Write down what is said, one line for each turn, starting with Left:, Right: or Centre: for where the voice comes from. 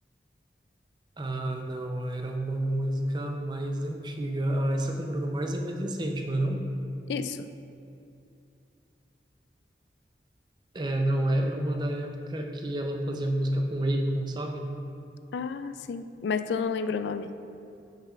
Right: Ah, não, era uma música mais antiga. Ah, essa com Bruno Mars é mais recente, não é não?
Left: Isso.
Right: É, não, é, é uma da época que ela fazia música com Akon, sabe?
Left: Ah, sim. Mas tu não lembra o nome.